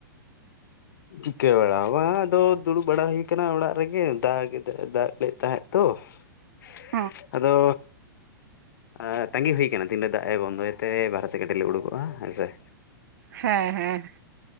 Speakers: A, on the left; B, on the right.
A: ᱪᱤᱠᱟᱹ ᱵᱟᱲᱟ ᱦᱚᱸ ᱵᱟᱝ ᱟᱫᱚ ᱫᱩᱲᱩᱵ ᱵᱟᱲᱟ ᱦᱩᱭ ᱠᱟᱱᱟ ᱚᱲᱟᱜ ᱨᱮᱜᱮ ᱫᱟᱜ ᱜᱮ ᱫᱟᱜ ᱞᱮᱫ ᱛᱟᱦᱮᱸᱫ ᱛᱚ, <inaudible>
B: ᱦᱚᱸ
A: ᱟᱫᱚ ᱟᱸ ᱛᱟᱸᱜᱤ ᱦᱩᱭ ᱠᱟᱱᱟ ᱛᱤᱱ ᱫᱚ ᱫᱟᱜ ᱮ ᱵᱚᱱᱫᱚᱭᱛᱮ ᱵᱟᱨᱦᱮ ᱥᱮ ᱠᱟᱹᱴᱤᱡ ᱞᱮ ᱩᱰᱩᱠᱚᱜ-ᱟ ᱦᱮᱸ ᱥᱮ ᱾
B: ᱦᱮᱸ ᱦᱮᱸ ᱾